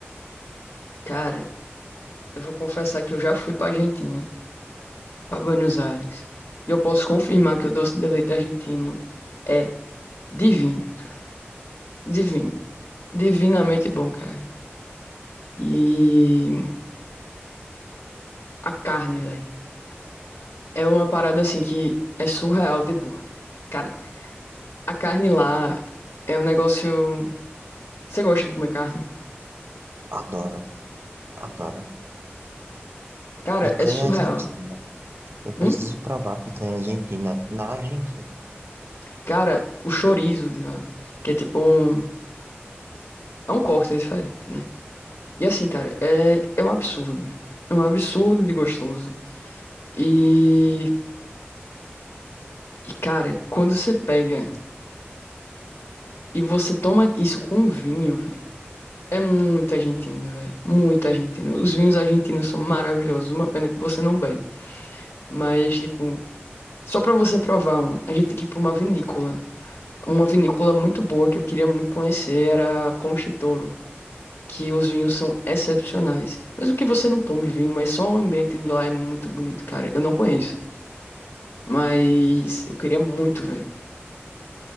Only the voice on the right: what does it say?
Adoro. Adoro.
Picanha
argentina. Eu preciso
provar picanha argentina na Argentina.